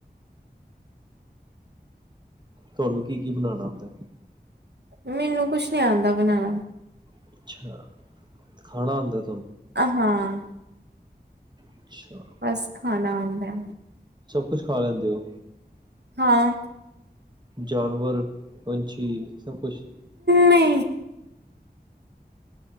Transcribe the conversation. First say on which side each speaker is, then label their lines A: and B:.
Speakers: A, on the right; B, on the right.
A: ਤੁਹਾਨੂੰ ਕੀ- ਕੀ ਬਣਾਉਣਾ ਆਉਂਦਾ
B: ਮੈਨੂੰ ਕੁੱਛ ਨੀ ਆਉਂਦਾ ਬਣਾਉਣਾ।
A: ਅੱਛਾ, ਖਾਣਾ ਆਉਦਾ।
B: ਆਹ, ਹਾਂ।
A: ਅੱਛਾ
B: ਬਸ ਖਾਣਾ ਆਉਂਦਾ।
A: ਕੁੱਛ ਖਾ ਲੈਂਦੇ ਓ
B: ਹਾਂ।
A: ਜਾਨਵਰ- ਪੰਛੀ ਸਭ ਕੁੱਛ
B: ਨਈ